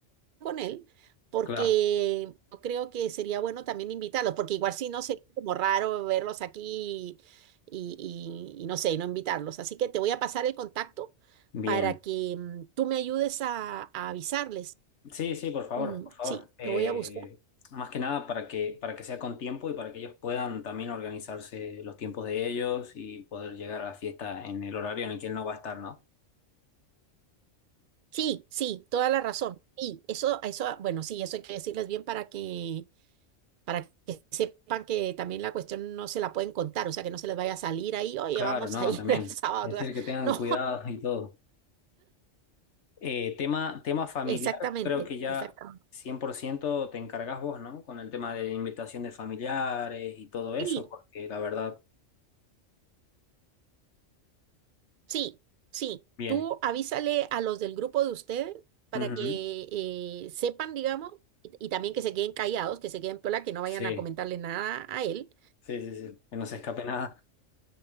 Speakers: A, on the right; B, on the left.
A: con él, porque
B: claro.
A: yo creo que sería bueno también invitarlos, porque igual si no sería como raro verlos aquí y, y- y no sé, y no invitarlos. Así que te voy a pasar el contacto
B: Bien.
A: para que mm, tú me ayudes a, a avisarles.
B: Sí, sí, por favor,
A: Mm,
B: por favor.
A: sí,
B: Eh,
A: lo voy a buscar.
B: más que nada para que, para que sea con tiempo y para que ellos puedan también organizarse los tiempos de ellos y poder llegar a la fiesta en el horario en el que él no va a estar, ¿no?
A: Sí, sí, toda la razón. y eso, eso, bueno, sí, eso hay que decirles bien para que, para que sepan que también la cuestión no se la pueden contar, o sea, que no se les vaya a salir ahí, oye,
B: Claro,
A: vamos
B: no,
A: a ir
B: también.
A: el sábado.
B: Decir
A: tú vas".
B: que tengan
A: <laughs> No.
B: cuidado y todo. Eh, tema, tema familiar,
A: Exactamente,
B: creo que ya
A: exactamente.
B: 100% te encargas vos, ¿no? Con el tema de invitación de familiares y todo eso,
A: Sí,
B: porque la verdad,
A: sí, sí.
B: bien.
A: Tú avísale a los del grupo de ustedes para
B: Ujú.
A: que eh, sepan, digamos, y, y también que se queden callados, que se queden piola, que no vayan
B: Sí,
A: a comentarle nada a él.
B: sí, sí, sí. Que no se escape nada.